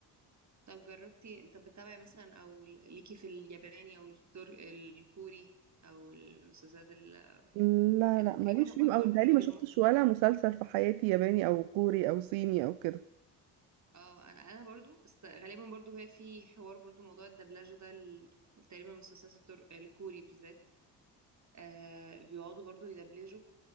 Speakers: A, on the right (about 35°); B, on the right (about 65°).
A: طب جربتي طب بتتابعي مثلا او ليكي في الياباني او التر... الكوري او المسلسلات ال...
B: لا
A: أنا
B: لا
A: تقريبا
B: ماليش
A: هم
B: فيهم أوي
A: برضو
B: متهيألي
A: ليهم
B: ما شفتش ولا مسلسل في حياتي ياباني أو كوري أو صيني أو كده
A: اه انا انا برضو بس غالبا برضو هي في حوار برضو موضوع الدبلجه ده ال... تقريبا المسلسلات التر... الكوري بالذات آه بيقعدوا برضو يدبلجوا